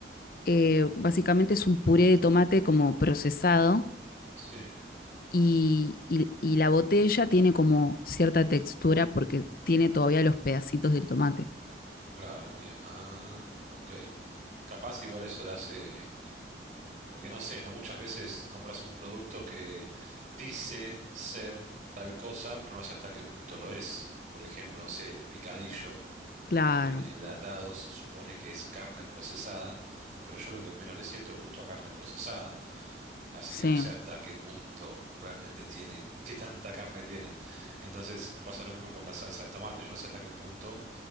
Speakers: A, on the left; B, on the right.
A: eh, básicamente es un puré de tomate como procesado
B: sí.
A: y, y- y la botella tiene como cierta textura porque tiene todavía los pedacitos del tomate.
B: Claro, bien. Ah, ok. Capaz igual eso la hace, porque no sé, ¿no? Muchas veces compras un producto que dice ser tal cosa, pero no sé hasta qué punto lo es. Por ejemplo, no sé, el picadillo,
A: Claro,
B: que viene enlatado, se supone que es carne procesada, pero yo lo que menos le siento es gusto a carne procesada. Así
A: sí.
B: que no sé hasta qué punto realmente tiene, qué tanta carne tiene. Entonces me pasa lo mismo con la salsa de tomate. Yo no sé hasta qué punto